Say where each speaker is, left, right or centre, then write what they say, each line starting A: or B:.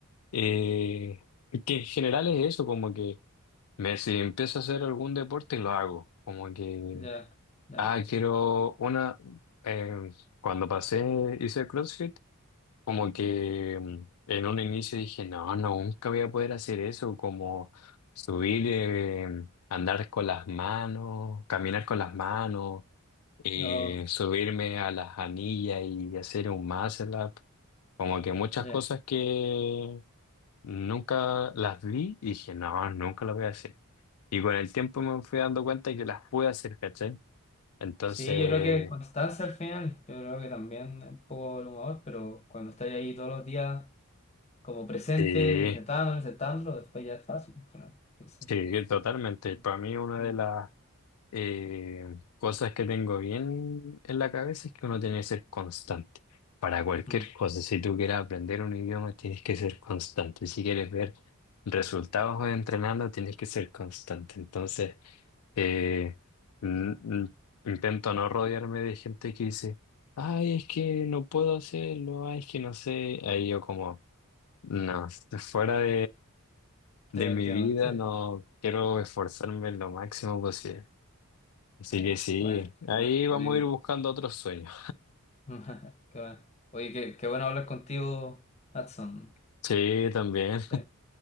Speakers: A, on the left; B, on the left.
A: Eh, que en general es eso, como que me, si empiezo a hacer algún deporte, lo hago. Como que
B: ya, ya,
A: Ah,
B: bueno,
A: quiero una. em, cuando pasé, hice CrossFit, como que mm, en un inicio dije, no, no, nunca voy a poder hacer eso, como subir, em, andar con las manos, caminar con las manos, eh,
B: no,
A: subirme a las anillas y hacer un muscle up. Como que muchas
B: ya.
A: cosas que nunca las vi y dije, no, nunca las voy a hacer. Y con el tiempo me fui dando cuenta que las pude hacer, ¿cachai? Entonces.
B: Sí, yo creo que constancia al final, yo creo que también un poco el humor, pero cuando estáis ahí todos los días como presente,
A: Sí,
B: intentándolo, intentándolo, después ya es fácil al final. Entonces,
A: sí, totalmente.
B: Mm.
A: Para mí una
B: mm,
A: de las eh, cosas que tengo bien en la cabeza es que uno tiene que ser constante para cualquier
B: mm.
A: cosa. Si tú quieres aprender un idioma, tienes que ser constante. Si quieres ver resultados entrenando, tienes que ser constante. Entonces, eh, n- n- intento no rodearme de gente que dice, ay, es que no puedo hacerlo, ay, es que no sé. Ahí yo como, no, <laughs> fuera de
B: sí, entiendo.
A: mi vida,
B: Sí.
A: no quiero esforzarme lo máximo posible. Así
B: Bueno,
A: que sí,
B: bueno, qué
A: ahí
B: bueno,
A: vamos
B: qué lindo.
A: a ir buscando otros sueños.
B: <laughs> Qué bueno. Oye, qué, qué bueno hablar contigo, Hudson.
A: Sí, también.
B: Sí,